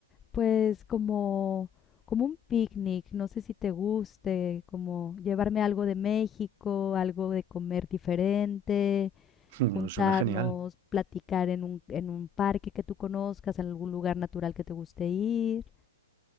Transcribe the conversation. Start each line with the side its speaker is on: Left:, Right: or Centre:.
Left: pues, como, como un picnic, no sé si te guste, como llevarme algo de México, algo de comer diferente
Right: No,
Left: juntarnos,
Right: suena genial.
Left: platicar en un, en un parque que tú conozcas, en algún lugar natural que te guste ir.